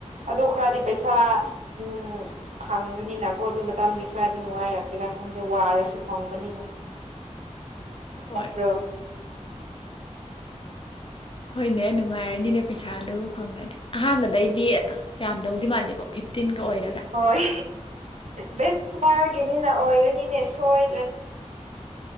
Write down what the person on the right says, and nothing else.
ꯑꯗꯨ ꯈꯔꯗꯤ ꯄꯩꯁꯥ ꯎꯝ ꯐꯪꯕꯅꯤꯅꯀꯣ ꯑꯗꯨ ꯃꯇꯝꯗꯤ ꯈꯔꯗꯤ ꯅꯨꯡꯉꯥꯏꯔꯛꯀꯦꯔꯥ ꯈꯪꯗꯦ ꯋꯥꯔꯁꯨ ꯐꯪꯕꯅꯤꯅ
ꯅꯠꯇ꯭ꯔꯣ
ꯍꯣꯏ ꯕꯦꯔꯒꯤꯅꯤꯅ ꯑꯣꯏꯔꯅꯤꯅꯦ ꯁꯣꯏ